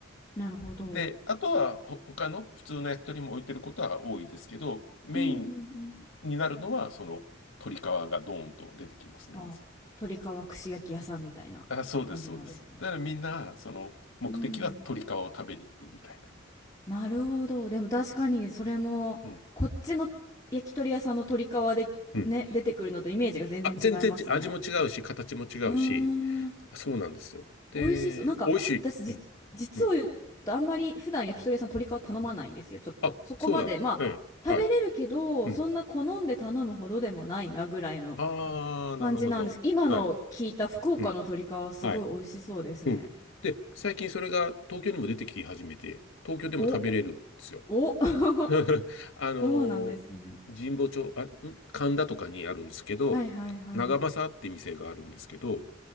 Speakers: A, on the left; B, on the left.
A: なるほど。
B: で、あとはほ他の普通の焼き鳥も置いてることは多いですけど、メイン
A: うんうんうん。
B: になるのは、その鳥皮がドーンと出てきますね、
A: ああ、
B: まず。
A: 鶏皮串焼き屋さんみたいな感じなんですね。
B: あ、そうです、そうです。だからみんな、その目的は鳥皮を食べに行くみたいな。
A: うん。なるほど。でも確かにそれも、
B: うん。
A: こっちの焼き鳥屋さんの鶏皮でね、
B: うん
A: 出てくるのとイメージが全然違いますね。
B: あ、全然ち味も違うし、形も違うし、
A: うーん。
B: そうなんですよ。で、
A: 美味しそう。なんか私じ、
B: 美味しい。うん。
A: 実を言うとあんまり普段焼き鳥屋さん鶏皮頼まないんですよ。
B: うん。
A: ちょっと。
B: あ、
A: そこまで、
B: そうなんです。
A: まあ、
B: ええ。はい。
A: 食べれるけど、
B: うん。
A: そんな好んで頼むほどでもないなぐらいの
B: ああ、なるほど。
A: 感じなんです。今の聞いた福岡の鶏皮はすごい美味しそうですね。
B: はい。うん。はい。うん。で、最近それが東京にも出てき始めて、東京でも食べれるんですよ。
A: お、お、<laughs>
B: <laughs> あの、
A: そうなんですね。
B: 神保町、あ、ん神田とかにあるんですけど、
A: はいはいはい。
B: 長政って店があるんですけど、